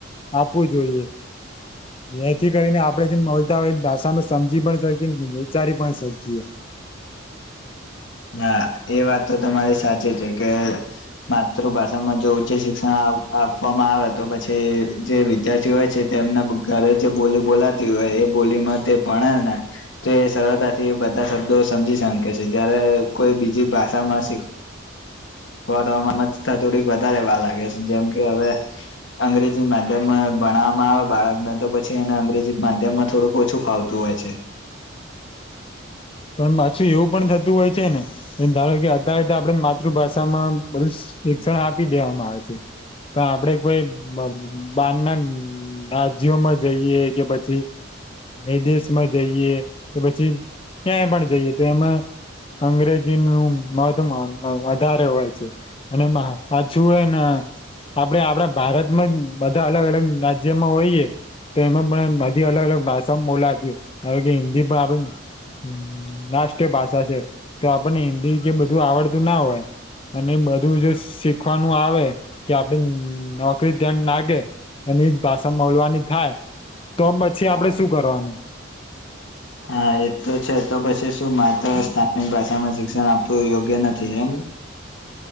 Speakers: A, on the left; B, on the left.
A: આપવું જોઈએ. એથી કરીને આપડે જેમ બોલતા હોય ભાષામાં સમજી પણ શકીએ, વિચારી પણ શકીએ.
B: હા એ વાત તો તમારી સાચી છે કે માતૃભાષામાં જો ઉચ્ચે શિક્ષણ આપવામાં આવે તો પછી જે વિદ્યાર્થી હોય છે તેમને ઘરે જ બોલી બોલાતી હોય એ બોલીમાં તે ભણે ને તો એ સરળતાથી બધા શબ્દો સમજી શકે છે જ્યારે કોઈ બીજી ભાષામાં શીખ વાળવામાં થોડીક વધારેવા લાગે છે જેમ કે હવે અંગ્રેજી માધ્યમ ભના વામાં આવે બાળકને તો પછી એને અંગ્રેજી માધ્યમ માં થોડુંક ઓછું ફાવતું હોય છે.
A: હ પણ પાછું એવું પણ થતું હોય છે ને ધારો કે અધા અધા આપડે માતૃભાષામાં બ શિક્ષણ આપી દેવામાં આવે છે. તો આપડે કોઈ બ બાર ના રાજ્યોમાં જઈએ કે પછી વિદેશ માં જઈએ કે પછી ક્યાંય પણ જઈએ તો એમાં અંગ્રેજી નું મધ વધારે હોય છે અને પાછુ એને આપડે આપડા ભારતમાં જ બધા અલગ અલગ રાજ્યમાં હોઈએ તો એમાં પણ બધી અલગ અલગ ભાષામાં બોલાતી હ કે હિન્દી પણ આપને હ રાષ્ટ્રીય ભાષા છે તો આપણને હિન્દી કે બધું આવડતું ના હોય અને બધું જો શીખવાનું આવે કે આપડે નોકરી તયા લાગે એની જ ભાષા બોલવાની થાય તો પછી આપડે શું કરવાનું
B: હા એ તો છે તો પછી શું માત્ર સ્થાનિક ભાષામાં શિક્ષણ આપવું યોગ્ય નથી એમ